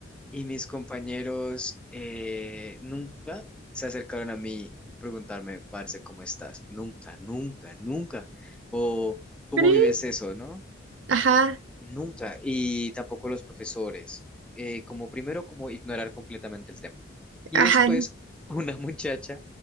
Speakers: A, in the centre; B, on the right (about 75°).
A: y mis compañeros eh, nunca se acercaron a mí a preguntarme, parce, ¿cómo estás? Nunca, nunca, nunca. O, ¿cómo
B: ¿Crees?
A: vives eso, no?
B: Ajá,
A: Nunca. Y tampoco los profesores. Eh, como primero, como ignorar completamente el tema. Y
B: ajá.
A: después <laughs> una muchacha